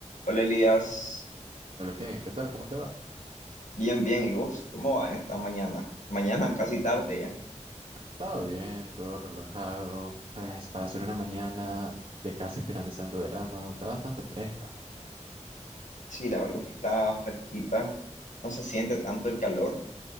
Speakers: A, on the left; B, on the right.
A: Hola Elías,
B: Hola Kevin, ¿qué tal? ¿Cómo te va?
A: bien, bien. ¿Y vos cómo va esta mañana? Mañana <laughs> casi tarde ya.
B: Todo bien, todo relajado. Pues para hacer una mañana de casi finalizando verano, está bastante fresca.
A: Sí, la verdad es que está fresquita, no se siente tanto el calor.